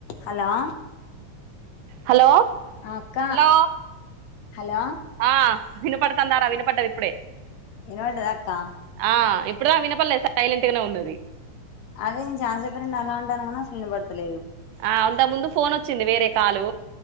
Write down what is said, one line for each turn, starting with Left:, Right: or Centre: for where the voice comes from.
Left: హలో
Right: హలో
Left: ఆ అక్క
Right: హలో
Left: హలో
Right: ఆ వినపడతందారా వినపడ్డది ఇప్పుడే
Left: వినపడ్డదా అక్క
Right: ఆ ఇప్పుడుద వినపల్లేదు సైలెంట్ గానే ఉన్నది
Left: అదే నేను చాల చెప్పనండి. అలా ఉంటాను కూడా అసలు నిన వినపడొతలేదు.
Right: ఆ అంతకు ముందు ఫోన్ వచ్చింది వేరే కాలు